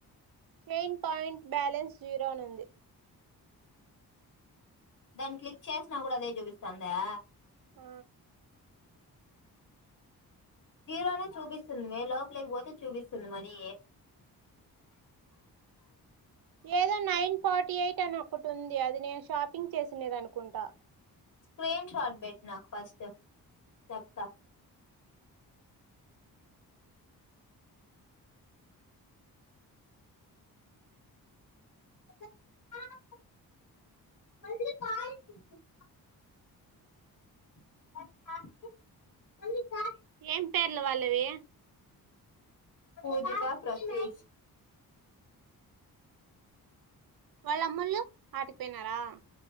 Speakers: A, on the right (about 65°); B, on the left (about 55°).
A: షైన్ పాయింట్ బ్యాలెన్స్ జీరో అని ఉంది.
B: దాన్ని క్లిక్ చేసినా కూడా అదే చూపిస్థాందా?
A: ఆ
B: జీరోనే చూపిస్తుంది మే లోపలేకపోతే చూపిస్తుంది మనీ.
A: ఏదో నైన్ ఫార్టీ ఎయిట్ అని ఒకటి ఉంది, అది నేను షాపింగ్ చేసినద అనుకుంటా.
B: స్క్రీన్ షాట్ పెట్టు నాకు ఫస్ట్. చెప్తా <unintelligible> <unintelligible>
A: ఏం పేర్లు వాళ్ళవి?
B: పూజిత, ప్ర <unintelligible>
A: వాళ్ళ అమొల్లు ఆటు తిన్నారా?